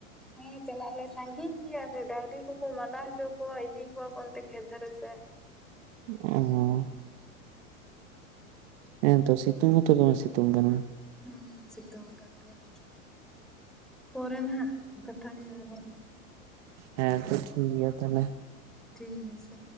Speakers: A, in the centre; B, on the right.
A: ᱦᱮᱸ ᱪᱟᱞᱟᱜ ᱟᱞᱮ ᱥᱟᱺᱜᱤᱧ ᱜᱮᱭᱟ ᱥᱮ ᱰᱟᱝᱨᱤ ᱠᱚᱠᱚ ᱢᱟᱰᱟ ᱦᱚᱪᱚ ᱠᱚᱣᱟ ᱤᱫᱤ ᱠᱚᱣᱟ ᱠᱚ ᱚᱱᱛᱮ ᱠᱷᱮᱛ ᱫᱷᱟᱨᱮ ᱥᱮᱫ।
B: ᱚ <unintelligible> ᱦᱮᱸᱛᱚ ᱥᱤᱛᱩᱝ ᱦᱚᱸᱛᱚ ᱫᱚᱢᱮ ᱥᱤᱛᱩᱝ ᱠᱟᱱᱟ।
A: ᱦᱮᱸ ᱥᱤᱛᱩᱝ ᱠᱟᱱ ᱜᱮᱭᱟ, ᱯᱚᱨᱮ ᱱᱟᱦᱟᱜ ᱠᱟᱛᱷᱟ ᱦᱩᱭᱩᱜᱼᱟ ᱦᱳᱭ।
B: ᱦᱮᱸ ᱛᱚ ᱴᱷᱤᱠ ᱜᱮᱭᱟ ᱛᱟᱦᱟᱞᱮ।
A: ᱴᱷᱤᱠ ᱜᱮ ᱥᱮ,